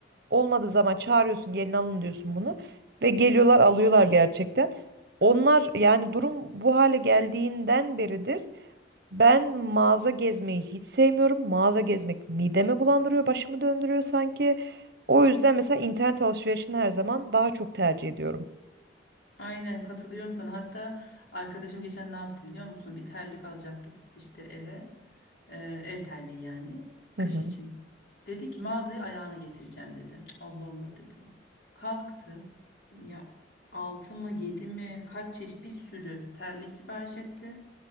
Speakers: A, on the right (about 60°); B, on the left (about 65°).
A: Olmadığı zaman çağırıyorsun gelin alın diyorsun bunu. Ve geliyorlar alıyorlar gerçekten. Onlar yani durum bu hale geldiğinden beridir. Ben mağaza gezmeyi hiç sevmiyorum. Mağaza gezmek midemi bulandırıyor, başımı döndürüyor sanki. O yüzden mesela internet alışverişini her zaman daha çok tercih ediyorum.
B: Aynen katılıyorum sana. Hatta arkadaşım geçen ne yaptı biliyor musun? Bir terlik alacaktık biz işte eve. Ee, ev terliği yani. Kış
A: Hı hı.
B: için. Dedi ki mağazaya ayağını getireceğim dedi. Allah Allah dedim. Kalktı. Ya 6 mı 7 mi kaç çeşit bir sürü terlik sipariş etti.